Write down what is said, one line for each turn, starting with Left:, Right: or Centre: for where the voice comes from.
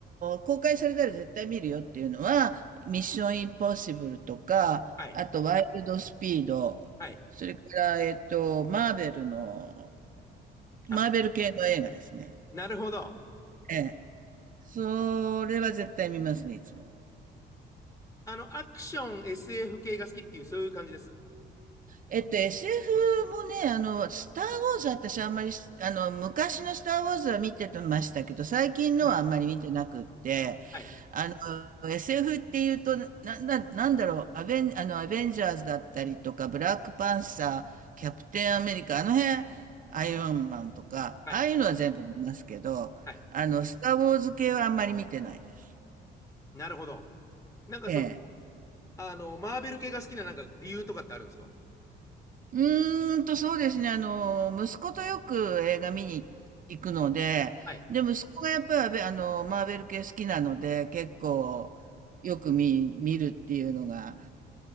Right: ー公開されたら絶対見るよっていうのは、ミッションインポッシブルとか、
Left: はい、
Right: あとワイルドスピード、
Left: はい。
Right: それから、えっと、マーベルの、
Left: あ、
Right: マーベル系の映画ですね。
Left: なるほど。
Right: ええ。それは絶対見ますね、いつも。
Left: あの、アクション、SF 系が好きっていう、そういう感じです。
Right: えっと、SF もね、あの、スター・ウォーズは私あんまりあの、昔のスター・ウォーズは見てましたけど、最近のはあんまり見てなくって、
Left: はい、はい、
Right: あの、SF っていうと、な、な、なんだろう、アベン、あの、アベンジャーズだったりとか、ブラックパンサー、キャプテンアメリカ、あの辺、アイアンマンとか、
Left: はい、
Right: ああいうのは全部見ますけど、
Left: はい。
Right: あの、スター・ウォーズ系はあんまり見てないです。
Left: なるほど。なんかその、
Right: ええ。
Left: あの、マーベル系が好きななんか理由とかってあるんですか
Right: うーんと、そうですね。あの、息子とよく映画見に行くので、
Left: はい。
Right: で、息子がやっぱり、あの、マーベル系好きなので、結構、よく見、見るっていうのが、